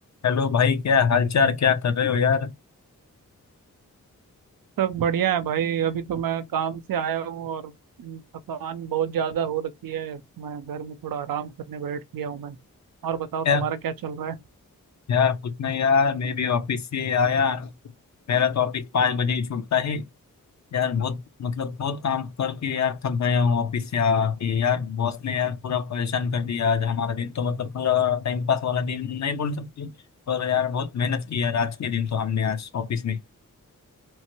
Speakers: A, on the left; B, on the right.
A: Hello भाई क्या हालचाल क्या कर रहे हो यार
B: सब बढ़िया है भाई अभी तो मैं काम से आया हूँ और हम्म, थकान बहुत ज्यादा हो रखी है मैं घर में थोड़ा आराम करने बैठ गया हूँ मैं और बताओ
A: क्या
B: तुम्हारा क्या चल रहा है
A: यार कुछ नहीं यार मैं भी ऑफिस से आया मेरा तो ऑफिस पाँच बजे ही छूटता है यार बहुत मतलब बहुत काम करके यार थक गया हूँ ऑफिस से आके यार बॉस ने यार पूरा परेशान कर दिया आज हमारा दिन तो मतलब पूरा टाइम पास वाला दिन नहीं बोल सकते पर यार बहुत मेहनत की यार आज के दिन तो हमने आज ऑफिस में